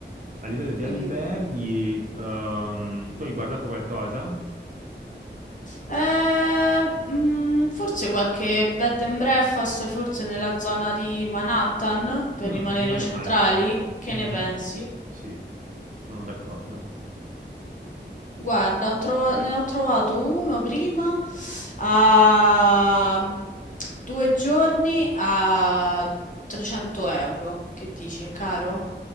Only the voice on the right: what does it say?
a livello di
alberghi, ehm, tu hai guardato qualcosa?
Mm,
non
è male.
Mhm.
Sì, sono d'accordo.